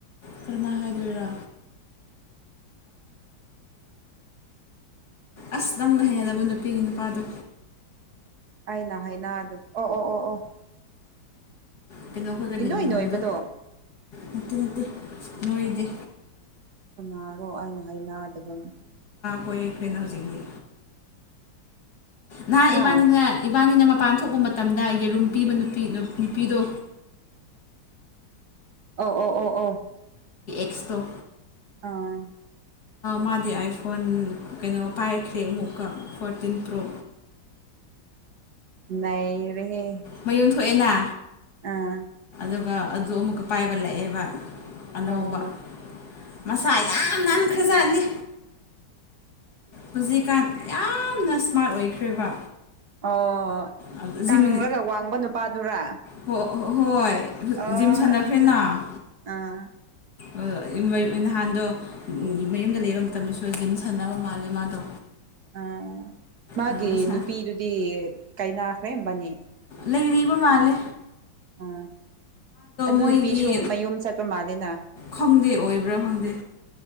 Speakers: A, on the left; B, on the right.
A: ꯀꯔꯃ ꯍꯕꯤꯔꯥ ꯑꯁ ꯅꯪꯅ ꯍꯩꯅꯗꯕ ꯅꯨꯄꯤꯒꯤ ꯅꯨꯄꯥꯗꯣ
B: ꯑꯩꯅ ꯍꯥꯏꯅ ꯑꯗꯨ ꯑꯣ ꯑꯣ ꯑꯣ ꯑꯣ
A: ꯀꯩꯅꯣ ꯈꯔꯒ
B: ꯏꯅꯣꯏ
A: ꯂꯩꯃꯤꯟꯅꯕꯗꯣ
B: ꯅꯣꯏꯕꯗꯣ
A: ꯅꯠꯇꯦ ꯅꯠꯇꯦ ꯅꯣꯏꯗꯤ
B: ꯀꯅꯥꯔꯣ ꯑꯩꯅ ꯍꯥꯏꯅꯗꯕꯅꯤ
A: ꯀꯣꯏ ꯐꯅꯔꯖꯤꯤꯡꯅꯤ ꯅ
B: ꯍꯥ
A: ꯏꯕꯥꯅꯤꯅ ꯏꯕꯥꯅꯤꯅ ꯃ ꯄꯥꯟ ꯊꯣꯛꯄ ꯃꯇꯝꯗ ꯌꯦꯔꯨꯝ ꯄꯤꯕ ꯅꯨꯄꯤ ꯅꯨꯄꯤꯗꯣ
B: ꯑ ꯑ ꯑꯣ ꯑꯣ
A: ꯑꯁꯇꯣ
B: ꯑꯥ
A: ꯃꯥꯗꯤ ꯑꯥꯏꯐꯣꯟ ꯀꯩꯅꯣ ꯄꯥꯏꯔꯛꯈ꯭ꯔꯦ ꯑꯃꯨꯛꯀ ꯐꯣꯔꯇꯤꯟ ꯄ꯭ꯔꯣ
B: ꯅ ꯔꯦ
A: ꯃꯌꯨꯝ ꯊꯣꯛꯑꯦꯅ
B: ꯑꯥ
A: ꯑꯗꯨꯒ ꯑꯗꯨ ꯑꯃꯨꯛꯀ ꯄꯥꯏꯕꯠꯂꯛꯑꯦꯕ ꯑꯅꯧꯕ
B: ꯑꯣ
A: ꯃꯁꯥ ꯌꯥꯝ ꯅꯥꯟ ꯈꯖꯅꯤ ꯍꯧꯖꯤꯛꯀꯥꯟ ꯌꯥꯝꯅ ꯏꯁꯃꯥꯔꯠ ꯑꯣꯏꯈ꯭ꯔꯦꯕ
B: ꯑꯣ
A: ꯑ, ꯖꯤꯝ
B: ꯀꯪꯂꯪꯔꯒ ꯋꯥꯡꯕ ꯅꯨꯄꯥꯗꯨꯔꯥ
A: ꯍꯣ- ꯍꯣꯏ
B: ꯑꯣ
A: ꯖꯤꯝ ꯁꯥꯟꯅꯈ꯭ꯔꯦꯅ
B: ꯑꯠꯆꯥ ꯑꯠꯆꯥꯆꯥ ꯑꯥ
A: ꯑ, ꯅꯍꯥꯟꯗꯣ ꯃꯌꯨꯝꯗ ꯂꯩꯕ ꯃꯇꯝꯗꯁꯨ ꯖꯤꯝ ꯁꯥꯟꯅꯕ ꯃꯥꯜꯂꯦ ꯃꯥꯗꯣ
B: ꯑꯥ ꯃꯥꯒꯤ
A: ꯑꯗꯣ ꯃꯁꯥ
B: ꯅꯨꯄꯤꯗꯨꯗꯤ ꯀꯩꯅꯥ ꯈ꯭ꯔꯦꯝꯕꯅꯤ
A: ꯂꯩꯗꯤꯕ ꯃꯥꯂꯦ
B: ꯎ ꯑꯗꯨ
A: ꯃꯣꯏꯒꯤ
B: ꯅꯨꯄꯤꯁꯨ ꯃꯌꯨꯝ ꯆꯠꯄ ꯃꯥꯂꯦꯅ
A: ꯈꯪꯗꯦ ꯑꯣꯏꯕ꯭ꯔꯥ ꯈꯪꯗꯦ